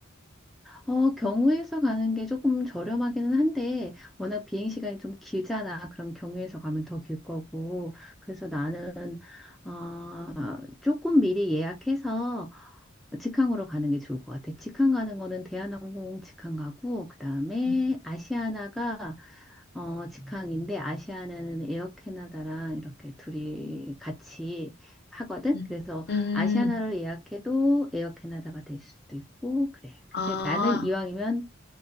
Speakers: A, in the centre; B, on the left.
A: 어, 경유해서 가는 게 조금 저렴하기는 한데 워낙 비행 시간이 좀 길잖아. 그럼 경유해서 가면 더 길 거고. 그래서 나는 어, 조금 미리 예약해서 직항으로 가는 게 좋을 것 같아. 직항 가는 거는 대한항공 직항 가고 그다음에
B: 음,
A: 아시아나가 어 직항인데 아시아나는 에어 캐나다랑 이렇게 둘이 같이 하거든.
B: 음.
A: 그래서
B: 음,
A: 아시아나를 예약해도 에어 캐나다가 될 수도 있고 그래.
B: 아,
A: 근데 나는 이왕이면